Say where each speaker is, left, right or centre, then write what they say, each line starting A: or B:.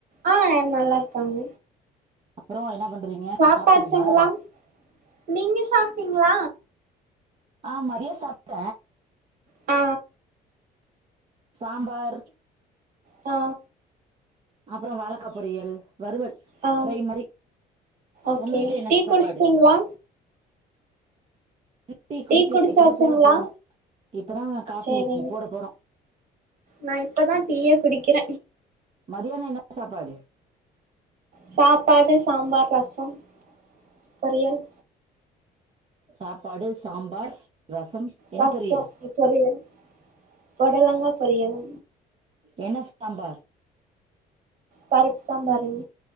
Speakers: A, on the right; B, on the right.
A: ஆ எல்லா நல்லா இருக்காங்க
B: அப்புறோ என்ன பண்றீங்க
A: சாப்ட்டாச்சுங்களா
B: சாப்ட்டீங்ளா
A: நீங்க சாப்ட்டீங்ளா
B: ஆ மதிய சாப்ட
A: ஆ
B: சாம்பார்
A: ஆ
B: அப்புறோ வாழக்கா பொரியல் வறுவல்
A: ஆ
B: ஃப்ரை மாரி
A: ஓகே
B: உங்க வீட்ல என்ன
A: டீ
B: சாப்பாடு
A: குடிச்சிட்டீங்களா
B: இன்னு டி குடிக்கல
A: டீ குடிச்சாச்சுங்களா
B: இப்பதா போட போறோ இப்பதா காஃபி
A: சேரிங்க
B: போட போறோ
A: நா இப்பதா டீயே குடிக்கிற
B: மதியானோ என்ன சாப்பாடு
A: சாப்பாடு சாம்பார் ரசம் பொரியல்
B: சாப்பாடு சாம்பார் ரசம் என்ன
A: ரசோ
B: பொரியல்
A: பொரியல் பொடலங்கா பொரியல்
B: என்ன சாம்பார்
A: பருப் சாம்பாருங்